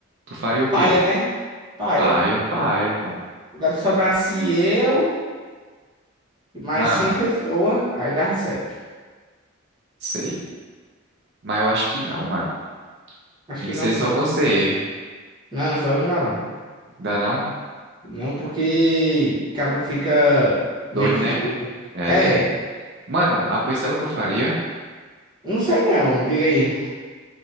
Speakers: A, on the right; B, on the right.
A: Tu faria o
B: paia,
A: quê?
B: né? Paia.
A: Paia, paia, pô.
B: Agora sobrasse eu e mais
A: Ah,
B: 100 pessoas, aí dá certo.
A: sei. Mas eu acho que não, mano.
B: Acho
A: Tem
B: que
A: que
B: não,
A: ser
B: o quê?
A: só você.
B: Não, só eu não dá, não.
A: Dá não?
B: Não porque acaba fica
A: Doido,
B: meio que
A: né?
B: doido.
A: É,
B: É,
A: mano, ah, pois sabe o que eu faria?
B: não sei não, diga aí.